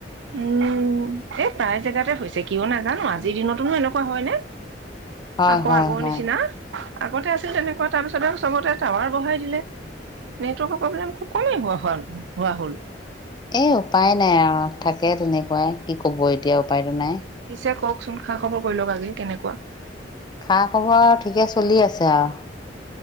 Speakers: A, on the right; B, on the left.
A: উম, এই প্ৰায় জেগাতে হৈছে, কিয় নাজানো? আজিৰ দিনতোনো এনেকুৱা হয়নে।
B: হয়,
A: আকৌ
B: হয়,
A: আগৰ
B: হয়।
A: নিচিনা। আগতে আছিল তেনেকুৱা তাৰ পিছত আৰু চবতে টাৱাৰ বঢ়াই দিলে। নেটৱৰ্কৰ প্ৰব্লেম খুব কমেই হোৱা হল হোৱা হ'ল।
B: এই উপাই নাই আৰু থাকে তেনেকুৱা, কি কৱ এতিয়া উপায়টো নাই।
A: পিছে কওকচোন খা-খবৰ কৰি লওঁক, আজি কেনেকুৱা।
B: খা খবৰ আও ঠিকে চলি আছে আও